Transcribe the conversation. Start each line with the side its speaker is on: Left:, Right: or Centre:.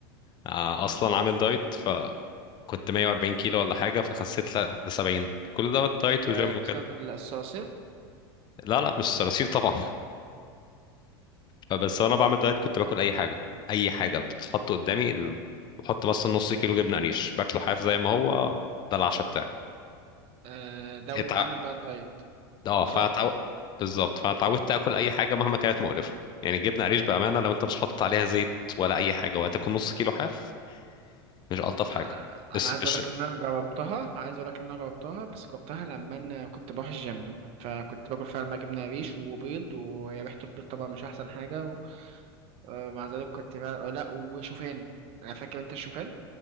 Left: آه، اصلا عامل دايت فكنت 140 كيلو ولا حاجه فخسيت ل 70 كل ده دايت وجيم
Right: أه
Left: وكده
Right: بسبب الصراصير
Left: لا لا مش صراصير طبعا <laughs> بس وانا بعمل دايت كنت باكل اي حاجه اي حاجه بتتحط قدامي ال- بحط بس نص كيلو جبنه قريش باكله حاف زي ما هو ده العشاء بتاعي
Right: أه ده
Left: اتع...
Right: وانت عامل بقى الدايت
Left: اه فاتعو...
Right: صح
Left: بالظبط فاتعودت اكل اي حاجه مهما كانت مقرفه يعني جبنه قريش بامانه لو انت مش حاطط عليها زيت ولا اي حاجه وهتاكل نص كيلو حاف مش الطف حاجه
Right: انا أنا
Left: بس
Right: عايز
Left: مش
Right: اقول لك ان انا جربتها عايز اقول لك ان انا جربتها بس جربتها لما انا كنت بروح الجيم فكنت باكل فعلا بقى جبنه ريش وبيض وريحه البيض طبعا مش احسن حاجه و... آه، مع ذلك كنت بقى... لا وشوفان انا فاكر انت الشوفان